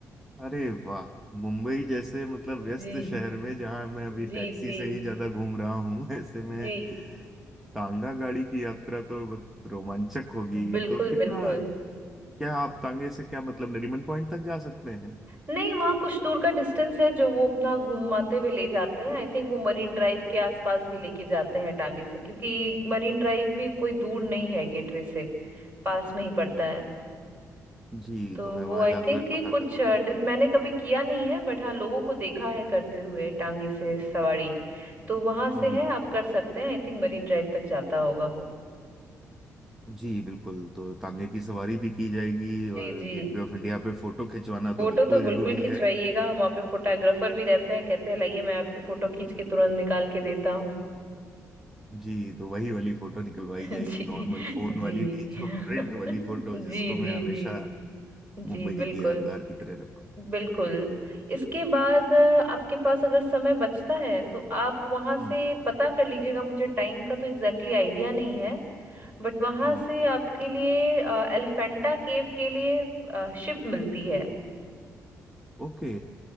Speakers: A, in the centre; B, on the right.
A: अरे वाह मुंबई जैसे मतलब व्यस्त
B: जी
A: शहर में जहां मैं अभी
B: जी
A: टैक्सी
B: जी
A: से ही ज्यादा घूम रहा हूँ <laughs> ऐसे में
B: जी
A: तांगा गाड़ी की यात्रा तो बहुत रोमांचक होगी
B: बिल्कुल
A: तो कितना
B: बिल्कुल
A: क्या आप तांगे से क्या मतलब नरीमन पॉइंट तक जा सकते हैं
B: नहीं वहाँ कुछ दूर का डिस्टेंस है जो वो अपना घूमाते हुए ले जाते हैं आई थिंक वो मरीन ड्राइव के आसपास भी लेके जाते हैं टांगे से क्योंकि मरीन ड्राइव भी कोई दूर नहीं है गेटवे से पास में ही पड़ता है
A: जी
B: तो
A: तो मैं
B: वो
A: वहां
B: आई
A: जाकर
B: थिंक कि
A: पता
B: कुछ
A: करूंगा
B: अ, डिस- मैंने कभी किया नहीं है बट हाँ लोगों को देखा है करते हुए टांगे से सवारी तो वहां
A: हम्म
B: से
A: हम्म।
B: है आप कर सकते हैं आई थिंक मरीन ड्राइव तक जाता होगा वो
A: जी बिल्कुल तो तांगे
B: ओके
A: की सवारी भी की जाएगी
B: जी
A: और
B: जी
A: गेटवे ऑफ इंडिया पे फोटो खिंचवाना
B: फोटो
A: तो बिल्कुल
B: तो बिल्कुल
A: जरूरी
B: खिंचवाइएगा
A: है
B: वहां पे फोटोग्राफर भी रहते हैं कहते हैं लाइए मैं आपकी फोटो खींच के तुरंत निकाल के देता हूँ
A: जी तो वही वाली फोटो निकलवाई
B: <laughs>
A: जाएगी
B: जी
A: नॉर्मल फोन
B: जी
A: वाली
B: <laughs>
A: नहीं जो प्रिंट वाली फोटो
B: जी
A: जिसको मैं
B: जी
A: हमेशा
B: जी जी
A: मुंबई
B: बिल्कुल
A: की यादगार की तरह रखूं
B: बिल्कुल इसके बाद अ, आपके पास अगर समय बचता है तो आप वहां से
A: हम्म
B: पता कर लीजिएगा मुझे टाइम का तो एग्जैक्टली exactly आइडिया नहीं है बट वहां
A: हम्म
B: से आपके लिए एलिफेंटा केव के लिए शिप मिलती है
A: ओके